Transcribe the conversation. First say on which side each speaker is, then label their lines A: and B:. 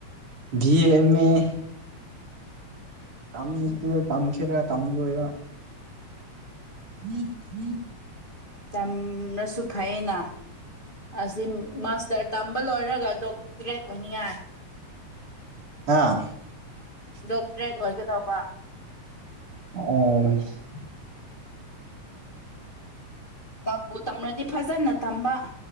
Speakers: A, on the right; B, on the left.
A: ꯗꯤꯑꯦꯝꯑꯦ ꯇꯝꯈꯤꯔ ꯇꯝꯈꯦꯔ ꯇꯝꯃꯔꯣꯏꯔ <unintelligible>
B: ꯇꯝꯔꯁꯨ ꯐꯩꯑꯦꯅ ꯑꯁꯤ ꯃꯥꯁꯇ꯭ꯔ ꯇꯝꯕ ꯂꯣꯏꯔꯒ ꯗꯣꯛꯇ꯭ꯔꯦꯠ ꯑꯣꯏꯅꯤꯡꯉꯥꯏ
A: ꯍꯥꯥ
B: ꯗꯣꯛꯇ꯭ꯔꯦꯠ ꯑꯣꯏꯒꯗꯕ
A: ꯑꯣ
B: ꯇꯝꯕꯨ ꯇꯝꯔꯗꯤ ꯐꯖꯅ ꯇꯝꯕ